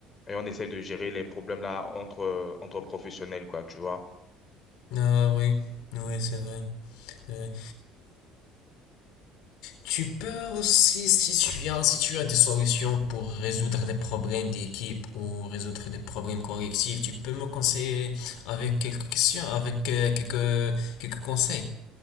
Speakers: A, on the left (about 30°); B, on the left (about 75°).
A: et on essaie de gérer les problèmes là entre, euh, entre professionnels, quoi, tu vois.
B: Ah oui, oui, c'est vrai. c'est vrai. Tu peux aussi, si tu as, si tu as des solutions pour résoudre des problèmes d'équipe ou résoudre des problèmes collectifs, tu peux me conseiller avec quelques questions, avec euh, quelques, quelques conseils.